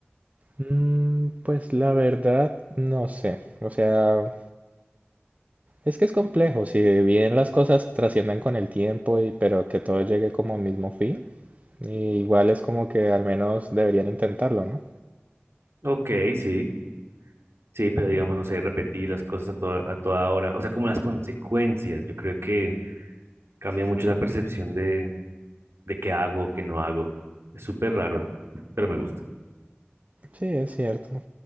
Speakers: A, on the right; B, on the right.
A: Mm, pues la verdad, no sé, o sea, es que es complejo, si bien las cosas trascienden con el tiempo y pero que todo llegue como al mismo fin, y igual es como que al menos deberían intentarlo, ¿no?
B: Ok, sí. Sí, pero digamos, no sé, repetir las cosas a toda, a toda hora, o sea, como las consecuencias, yo creo que cambia mucho la percepción de, de qué hago o qué no hago. Es súper raro, pero me gusta.
A: Sí, es cierto,